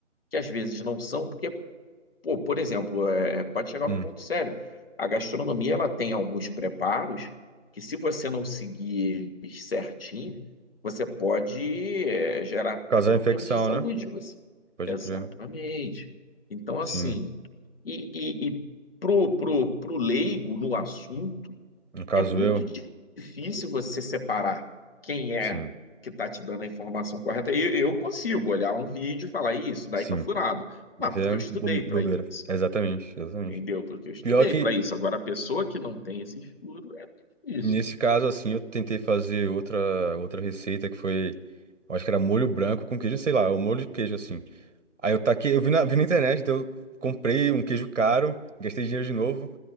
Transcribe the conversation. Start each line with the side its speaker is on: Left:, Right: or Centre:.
Left: que às vezes não são, porque, pô, por exemplo, é, pode chegar
Right: Hum.
Left: num ponto sério. A gastronomia ela tem alguns preparos que, se você não seguir eles certinho, você pode é, gerar
Right: Causar
Left: até problemas
Right: infecção,
Left: de saúde.
Right: né?
Left: Você.
Right: Pode
Left: Exatamente.
Right: crer.
Left: Então, assim,
Right: Sim.
Left: e, e, e pro, pro, pro leigo no assunto
Right: No caso
Left: é muito
Right: eu,
Left: difícil você separar quem é
Right: sim.
Left: que está te dando a informação correta. Eu, eu consigo olhar um vídeo e falar, "Ih, isso daí
Right: Sim.
Left: tá furado. Mas
Right: Isso
Left: porque
Right: é bo-
Left: eu estudei
Right: bobeira.
Left: para isso,
Right: Exatamente, exatamente.
Left: entendeu? Porque eu estudei
Right: Pior que,
Left: para isso. Agora, a pessoa que não tem esse estudo é difícil.
Right: nesse caso, assim, eu tentei fazer outra, outra receita que foi. eu Acho que era molho branco com queijo, sei lá, o molho de queijo, assim. Aí eu taquei, eu vi na, vi na internet, então eu comprei um queijo caro, gastei dinheiro de novo.